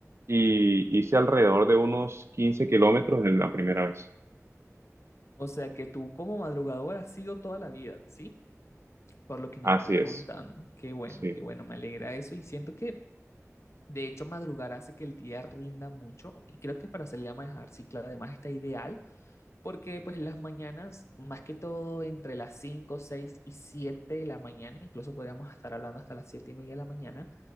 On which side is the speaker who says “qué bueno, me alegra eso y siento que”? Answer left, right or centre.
Left